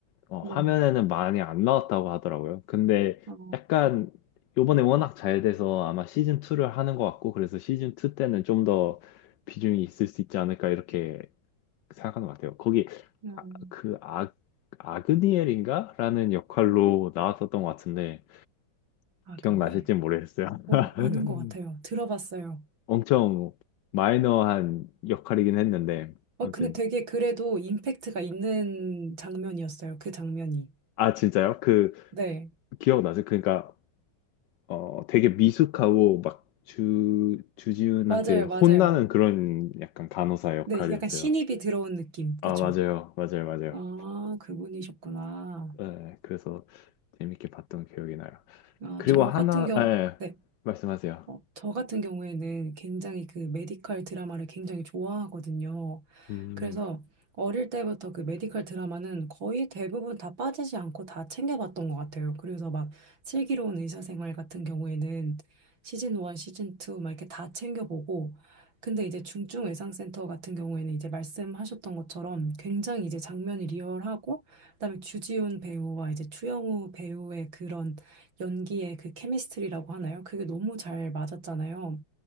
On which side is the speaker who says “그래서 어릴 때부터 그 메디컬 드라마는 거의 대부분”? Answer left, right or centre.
Right